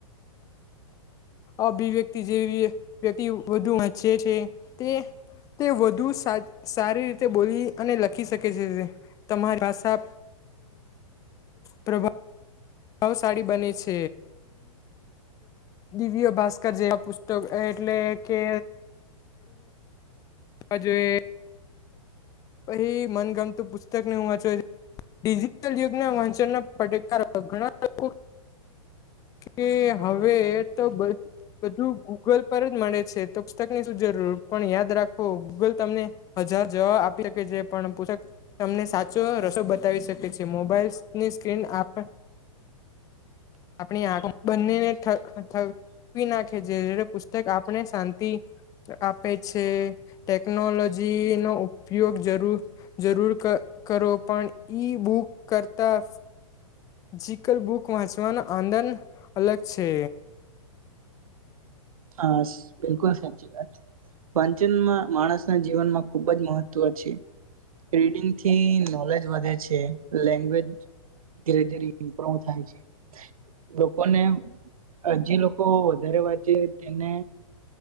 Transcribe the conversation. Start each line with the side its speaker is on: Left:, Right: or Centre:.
Left: અભિવ્યક્તિ જેવી. વધુ વાચે છે તે તે વધુ સારી રીતે બોલી અને લખી શકે છે તમારી ભાષા પ્રભ ભાવશાળી બને છે દિવ્ય ભાસ્કર જેવા પુસ્તક એટલે કે આ જો એ પછી મનગમતું પુસ્તક ને હું વાંચ ડિજિટલ યુગના વાંચનના પકાર ઘણા લોકો કે હવે તો બધું ગૂગલ પર જ મળે છે તો પુસ્તક ની શું જરૂર પણ યાદ રાખો ગૂગલ તમને હજ જો પણ પતક તમને સાચો રસો બતાવી શકે છે મોબાઈલ ની સ્ક્રીન આપ આપણી આંખ બંનેનેવી નાખે જે પુસ્તક આપણે શાંતિ આપે છે ટેકનોલોજી નો ઉપયોગ જરૂર જરૂર કરો પણ ઈ બુક કરતા મેજીકલ બુકમાં ચવાનો આંદંદ અલગ છે.
Right: હા બિલકુલ સાચી વાત વંચનમાં માણસના જીવનમાં ખુબ જ મહત્વ છે રીડિંગથી નોલેજ વધે છે લેંગ્વેજ ધીરે ધીરે ઇમ્પ્રુવ થાય છે. લોકોને હજી લોકો વધારે વાંચે તેને